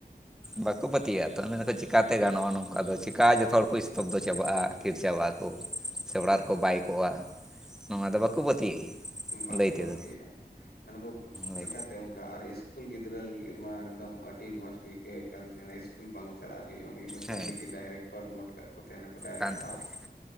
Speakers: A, in the centre; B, on the left (about 80°).
A: ᱵᱟᱠᱚ ᱯᱟᱹᱛᱭᱟᱹᱜᱼᱟ ᱛᱚ ᱩᱱ ᱫᱚᱠᱚ ᱪᱮᱠᱟᱛᱮ
B: ᱦᱳᱭ
A: ᱜᱟᱱᱚᱜᱼᱟ ᱱᱚᱝᱠᱟ ᱫᱚ ᱪᱮᱠᱟ ᱡᱚᱛᱚ ᱦᱚᱲ ᱠᱚ ᱤᱥᱛᱚᱯᱫᱚ ᱪᱟᱵᱟᱜᱼᱟ ᱛᱷᱤᱨ ᱪᱟᱵᱟᱜ ᱟᱠᱚ ᱥᱮ ᱚᱲᱟᱜ ᱨᱮᱠᱚ ᱵᱟᱭ ᱠᱚᱜᱼᱟ ᱱᱚᱣᱟ ᱫᱚ ᱵᱟᱠᱚ ᱯᱟᱹᱛᱭᱟᱹᱜ ᱜᱮᱭᱟ
B: ᱵᱟᱠᱚ
A: ᱞᱟᱹᱭ ᱛᱮᱫᱚ
B: ᱯᱟᱹᱛᱭᱟᱜ-ᱟ ᱦᱮᱸ ᱱᱟᱠᱩ
A: ᱞᱟᱹᱭ
B: ᱪᱮᱠᱟ ᱛᱮ ᱚᱱᱠᱟ ᱟᱨ ᱤᱥᱠᱩᱞ ᱜᱤᱫᱽᱨᱟᱹ ᱞᱟᱹᱜᱤᱫ ᱢᱟ ᱮᱠᱫᱚᱢ ᱟᱹᱰᱤ ᱢᱚᱸᱡᱽ ᱠᱚ ᱟᱹᱭᱠᱟᱹᱣᱮᱫ ᱠᱟᱱ ᱛᱟᱦᱮᱸᱱᱟ ᱤᱥᱠᱩᱞ ᱤᱥᱠᱩᱞ ᱵᱟᱝ ᱪᱟᱞᱟᱜ ᱦᱩᱭᱩᱜᱼᱟ, ᱢᱤᱫ ᱵᱚᱪᱷᱚᱨ
A: ᱦᱮᱸ
B: ᱞᱟᱹᱜᱤᱫ ᱰᱟᱭᱨᱮᱠᱴ ᱯᱟᱨᱢᱳᱴ ᱠᱟᱜ ᱠᱚ ᱛᱟᱦᱮᱸᱱᱟ ᱰᱟᱭᱨᱮᱠᱴ
A: ᱠᱟᱱ ᱛᱟᱠᱚᱣᱟ
B: ᱯᱟᱥ